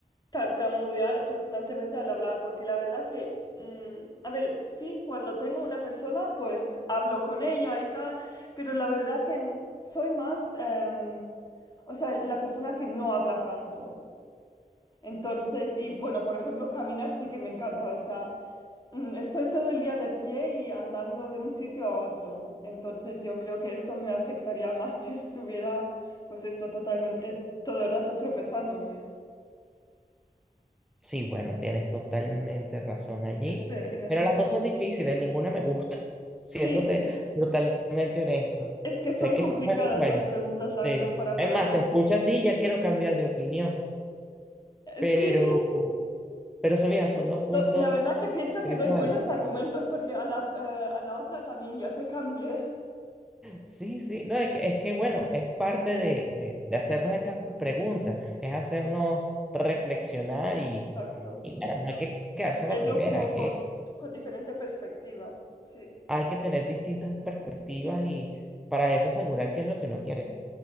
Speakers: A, on the left; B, in the centre.
A: tartamudear constantemente al hablar, porque la verdad que, mm, a ver, sí, cuando tengo una persona, pues hablo con ella y tal, pero la verdad que n- soy más, em, o sea, la persona que no habla tanto. Entonces, y bueno, por ejemplo, caminar sí que me encanta, o sea... Mm, Estoy todo el día de pie y andando de un sitio a otro, entonces yo creo que esto me afectaría más <laughs> si estuviera, pues esto totalmente, eh, todo el rato tropezándome.
B: Sí, bueno, tienes totalmente razón allí,
A: Este, en este
B: pero las
A: caso.
B: dos son difíciles, ninguna me gusta, <laughs> siéndote
A: Sí,
B: brutalmente honesto.
A: es que
B: Sé
A: son
B: que
A: complicadas
B: escoger, bueno,
A: las preguntas, la
B: sí.
A: verdad, para
B: Es
A: poder
B: más,
A: decidir.
B: te escucho a ti y ya quiero cambiar de opinión,
A: Eh,
B: pero,
A: Sí, <laughs>
B: pero eso, mira, son dos puntos
A: Do- la verdad que pienso
B: de
A: que
B: vista
A: doy buenos
B: válidos.
A: argumentos porque a la, eh, a la otra también ya te cambié.
B: Sí, sí, no, es que, es que bueno, es parte de, de, de hacernos estas preguntas, es hacernos reflexionar y,
A: Exacto.
B: y bueno, no hay que quedarse
A: Verlo
B: a la primera,
A: como
B: hay
A: con,
B: que
A: con diferente perspectiva. Sí,
B: hay que tener distintas perspectivas y para eso asegurar qué es lo que uno quiere.